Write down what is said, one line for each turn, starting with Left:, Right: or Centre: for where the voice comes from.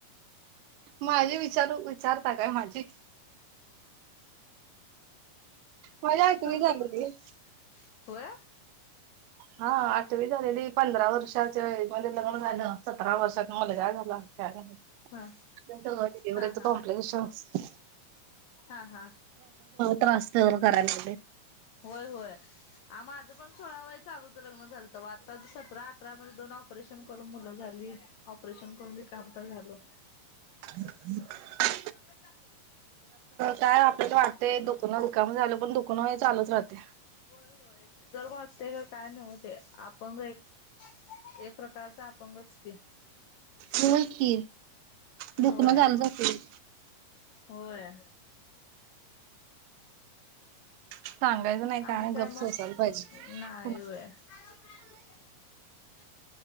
Right: माझी विचारू विचारता काय माझी माझी आठवी
Left: तुमचं
Right: झालेली.
Left: पण होय
Right: हा आठवी झालेली पंधरा वर्षाचे मधे लग्न झालं सतरा वर्षात मुलगा झा ला का <unintelligible>
Left: हा
Right: डिलिव्हच
Left: हा हा
Right: कॉम्प्लिकेशन अस
Left: हा हा
Right: त्रासतेल करायला लागलय
Left: होय होय. आ माझं पण सोळा वय चालूतं लग्न झालं तवा आता सतरा अठरामध्ये दोन ऑपरेशन करून मुलं झाली. ऑपरेशन करून झाल
Right: ह
Left: ह
Right: काय आपल्याला वाटते दुखण दुखण झाली पण दुखनं चालूच राहते
Left: होय होय सिझर व्हते काय नाही काय न होते आपण एक एक प्रकारचा अंपंगच की
Right: हो कि दुखण
Left: होय
Right: झालं जाते <inaudible>
Left: होय <inaudible>
Right: सांगायचं नाही
Left: आणि
Right: नाही
Left: काय
Right: गप्प सोसायला
Left: मग
Right: पाहिजे
Left: नाही
Right: कुणा
Left: व्हय का <unintelligible>